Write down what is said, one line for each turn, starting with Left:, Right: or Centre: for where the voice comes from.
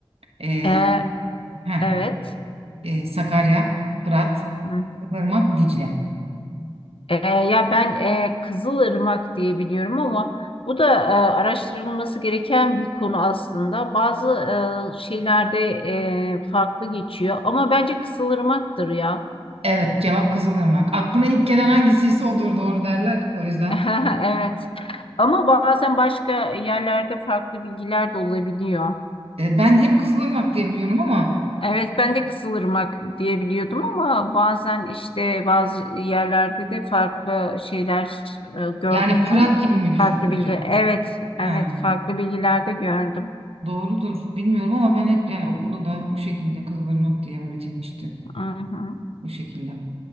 Right: Eee
Left: Ee,
Right: heh,
Left: evet.
Right: eee, Sakarya, Fırat,
Left: Hı.
Right: Irmak, Dicle.
Left: Ee, ya ben e, Kızılırmak diye biliyorum ama bu da e, araştırılması gereken bir konu aslında. Bazı e, şeylerde e, farklı geçiyor ama bence Kızılırmak'tır ya.
Right: Evet, cevap Kızılırmak. Aklına ilk gelen hangisiyse odur doğru derler. O yüzden
Left: <laughs> Evet. Ama bazen başka yerlerde farklı bilgiler de olabiliyor.
Right: E, ben hep Kızılırmak diye biliyorum ama
Left: Evet ben de Kızılırmak diye biliyordum ama bazen işte bazı yerlerde de farklı şeyler e, gördüm
Right: yani Fırat
Left: ben.
Right: gibi mi düşündün
Left: Farklı
Right: acaba?
Left: bilgi evet evet
Right: Ha,
Left: farklı bilgilerde gördüm.
Right: doğrudur. Bilmiyorum ama ben hep yani okulda da o şekilde Kızılırmak diye öğretilmişti.
Left: Hı hı.
Right: O şekilde.